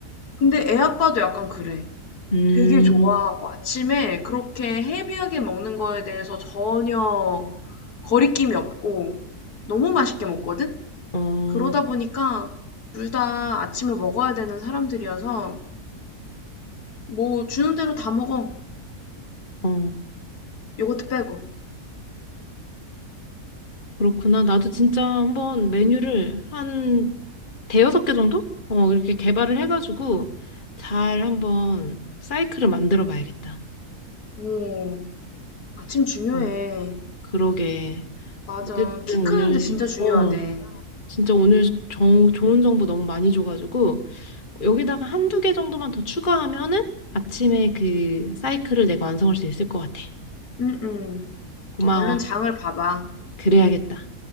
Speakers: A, on the left; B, on the left.
A: 근데 애 아빠도 약간 그래.
B: 음,
A: 되게 좋아하고 아침에 그렇게 헤비하게 먹는 거에 대해서 전혀 거리낌이 없고 너무 맛있게 먹거든?
B: 어,
A: 그러다 보니까 둘 다 아침에 먹어야 되는 사람들이어서 뭐 주는 대로 다 먹어.
B: 어,
A: 요거트 빼고.
B: 그렇구나. 나도 진짜 한번 메뉴를 한 대여섯 개 정도? 어, 이렇게 개발을 해가지고 잘 한번 사이클을 만들어 봐야겠다.
A: 오, 아침 중요해.
B: 어, 그러게.
A: 맞아.
B: 어쨌든
A: 키 크는데
B: 오늘,
A: 진짜 중요하대.
B: 어, 진짜 오늘 정, 좋은 정보 너무 많이 줘가지고 여기다가 한두 개 정도만 더 추가하면은 아침에 그 사이클을 내가 완성할 수 있을 것 같아.
A: 응, 응.
B: 고마워.
A: 얼른 장을 봐봐.
B: 그래야겠다.